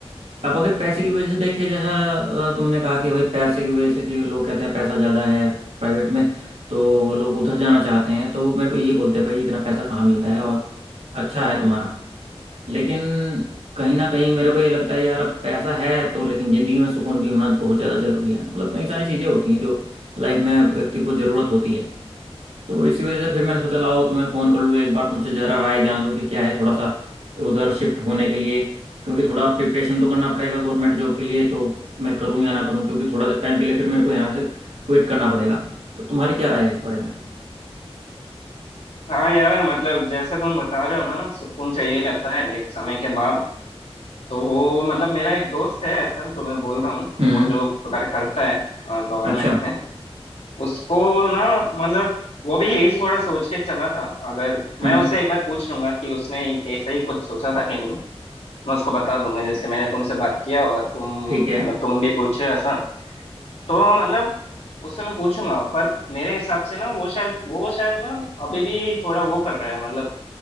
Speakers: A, on the right; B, on the left.
A: अब अगर पैसे की वजह से देखे जहाँ तुमने कहा कि भाई पैसे की वजह से कि लोग कहते हैं पैसा ज़्यादा है प्राइवेट में तो लोग उधर जाना चाहते हैं तो मेरे को यही बोलते हैं भाई इतना पैसा कहाँ मिलता है और अच्छा है तुम्हारा लेकिन कहीं ना कहीं मेरे को ये लगता है यार अब पैसा है तो लेकिन ज़िंदगी में सुकून भी होना बहुत ज़्यादा ज़रूरी है मतलब कई सारी चीज़ें होती हैं जो लाइफ में व्यक्ति को ज़रूरत होती है तो इसी वजह से फिर मैंने सोचा लाओ तुम्हें फ़ोन कर लूँ एक बार तुमसे ज़रा राय जान लूँ कि क्या है थोड़ा सा उधर शिफ्ट होने के लिए क्योंकि थोड़ा प्रिपरेशन तो करना पड़ेगा गवर्नमेंट जॉब के लिए तो मैं करूँ या ना करूँ क्योंकि थोड़ा टाइम के लिए फिर मेरे को यहाँ से क्विट करना पड़ेगा तो तुम्हारी क्या राय है इस बारे में
B: हाँ यार मतलब जैसे तुम बता रहे हो ना सुकून चाहिए रहता है एक समय के बाद तो मतलब मेरा एक दोस्त है ऐसा जो मैं बोल रहा हूँ
A: हम्म
B: वो जो कार्य करता है गवर्नमेंट
A: अच्छा
B: में उसको ना मतलब वो भी यही थोड़ा सोच के चला था अगर मैं
A: हम्म
B: उससे एक बार पूछ लूंगा कि उसने ऐसा ही कुछ सोचा था कि नहीं मैं उसको बता दूंगा जैसे मैंने तुमसे बात किया और तुम
A: ठीक
B: मतलब
A: है
B: तुम भी पूछ रहे हो ऐसा तो मतलब उससे मैं पूछूंगा पर मेरे हिसाब से ना वो शायद वो शायद ना अभी भी थोड़ा वो कर रहा है मतलब